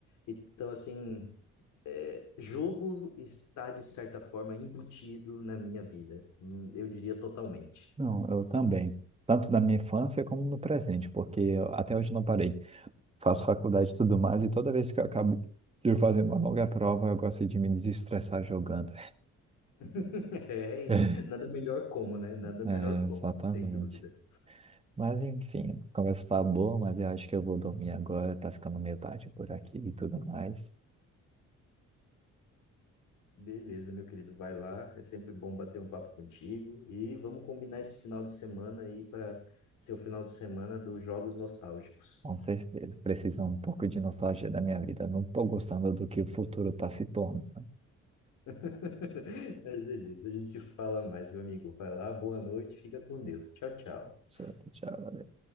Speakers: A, on the left (about 85°); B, on the right (about 20°).
A: Então, assim. É, Jogo está, de certa forma, embutido na minha vida. Hum, Eu diria totalmente.
B: Não, eu também. Tanto da minha infância como no presente, porque eu até hoje não parei. Faço faculdade e tudo mais, e toda vez que eu acabo de fazer uma longa prova, eu gosto de me desestressar jogando.
A: <laughs> É, e
B: <laughs>
A: nada melhor como, né? Nada
B: É,
A: melhor como,
B: exatamente.
A: sem dúvida.
B: Mas enfim, a conversa tá boa, mas eu acho que eu vou dormir agora, tá ficando meio tarde por aqui e tudo mais.
A: Beleza, meu querido, vai lá. É sempre bom bater um papo contigo. E vamos combinar esse final de semana aí para ser o final de semana dos jogos nostálgicos.
B: Com certeza. Precisa um pouco de nostalgia da minha vida. Não tô gostando do que o futuro tá se tornando.
A: <laughs> Mas beleza, a gente se fala mais, meu amigo. Vai lá, boa noite, fica com Deus. Tchau, tchau.
B: Certo, tchau.